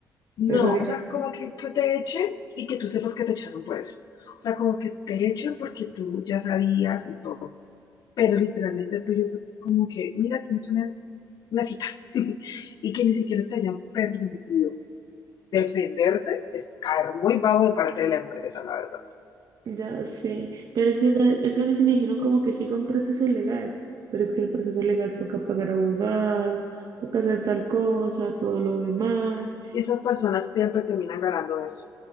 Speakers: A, on the left (about 60°); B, on the right (about 60°).
A: No,
B: pero digamos,
A: o sea, como que, que te echen y que tú sepas que te echaron por eso. O sea, como que te echen porque tú ya sabías y todo. Pero literalmente el tuyo fue como que, mira, tienes una, una cita. <laughs> Y que ni siquiera te hayan permitido defenderte es caer muy bajo de parte de la empresa, la verdad.
B: ya sé, pero es que, ¿sabes? es que a mí sí me dijeron como que siga un proceso legal, pero es que el proceso legal toca pagar abogado, toca hacer tal cosa, todo lo demás.
A: Y esas personas siempre terminan ganando eso.